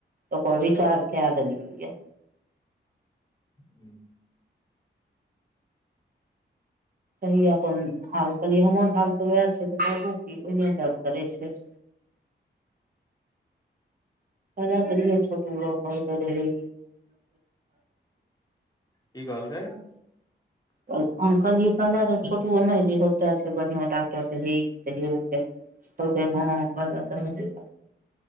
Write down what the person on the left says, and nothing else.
ह
कि कहलके